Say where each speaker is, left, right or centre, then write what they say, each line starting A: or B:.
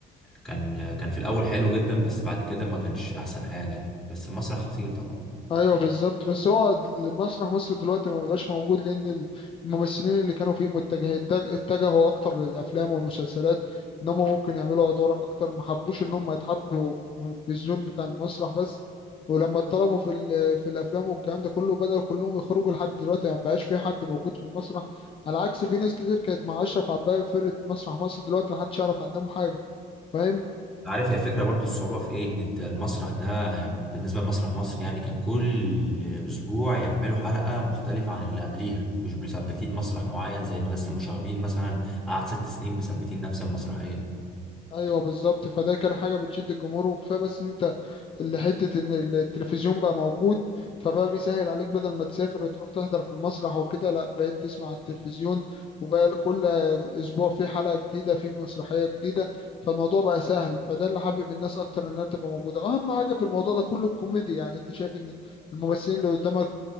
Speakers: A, in the centre; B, on the left (about 30°).
A: كان كان في الأول حلو جدا بس بعد كده ما كانش أحسن حاجة يعني بس المسرح خطير طبعا
B: ايوه بالظبط بس هو د- مسرح مصر دلوقتي ما بقاش موجود لان الممثلين اللي كانوا فيه متجه اتج- اتجهوا اكتر للافلام والمسلسلات ان هم ممكن يعملوا ادوار اكتر ما حبوش ان هم يتحطوا في في الزون بتاع المسرح بس ولما اتطلبوا في ال- في الافلام والكلام ده كله بدأوا كلهم يخرجوا لحد دلوقتي ما بقاش في حد موجود في المسرح على عكس في ناس كتير كانت مع اشرف عباية في فرقة مسرح مصر دلوقتي محدش يعرف عنهم حاجة فاهم
A: عارف هي الفكرة برضو الصعوبة في ايه ان انت المسرح ده بالنسبة لمسرح مصر يعني كان كل اسبوع يعملوا حلقة مختلفة عن اللي قبليها مش مثبتين مسرح معين زي مدرسة المشاغبين مثلا قعد ست سنين مثبتين نفس المسرحية
B: ايوه بالظبط فده كان حاجه بتشد الجمهور وكفايه بس ان انت اللي حتة إن التلفزيون بقى موجود فبقى بيسهل عليك بدل ما تسافر وتروح تحضر في المسرح وكده لأ بقيت تسمع على التلفزيون وبقى كل أسبوع في حلقة جديدة في مسرحية جديدة فالموضوع بقى سهل فده اللي حابب الناس أكتر إنها تبقى موجودة أهم حاجة في الموضوع ده كله الكوميديا يعني أنت شايف إن الممثلين اللي قدامك